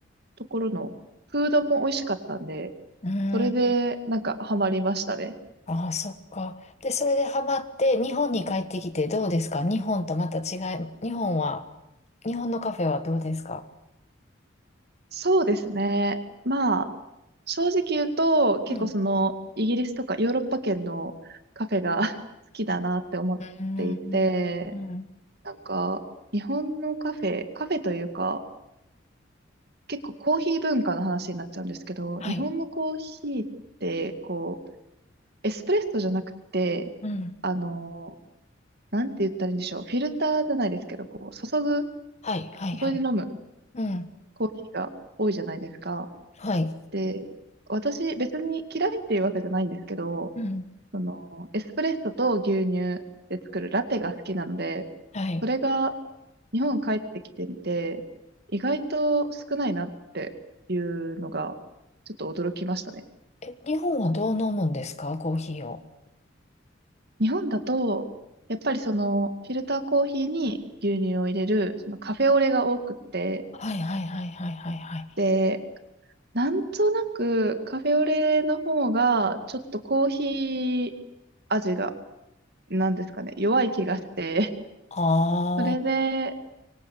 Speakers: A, on the right (about 55°); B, on the left (about 35°).
A: ところのフードも美味しかったんで、
B: うん。
A: それでなんかハマりましたね。
B: ああ、そっか。で、それでハマって、日本に帰ってきてどうですか日本とまた違い、日本は、日本のカフェはどうですか
A: そうですね。まあ、正直言うと、結構その、
B: うん。
A: イギリスとかヨーロッパ圏のカフェが <laughs> 好きだなって思っていて、
B: うん。うん。
A: なんか、日本のカフェ、カフェというか、結構コーヒー文化の話になっちゃうんですけど、
B: はい。
A: 日本のコーヒーって、こう、エスプレッソじゃなくて、
B: うん。
A: あの、なんて言ったらいいんでしょう。フィルターじゃないですけど、こう、注ぐ、
B: はい、はい、はい。
A: 注いで飲む
B: うん。
A: コーヒーが多いじゃないですか。
B: はい。
A: で、私、別に嫌いっていうわけじゃないんですけど、
B: うん。
A: その、エスプレッソと牛乳で作るラテが好きなので、
B: はい。
A: それが日本帰ってきてみて、意外と少ないなっていうのが、ちょっと驚きましたね。
B: え、日本はどう飲むんですかコーヒーを。
A: 日本だと、やっぱりその、フィルターコーヒーに牛乳を入れる、そのカフェオレが多くって、
B: はい、はい、はい、はい、はい、はい。
A: で、なんとなくカフェオレの方が、ちょっとコーヒー味が、なんですかね、弱い気がして、
B: ああ、
A: それで、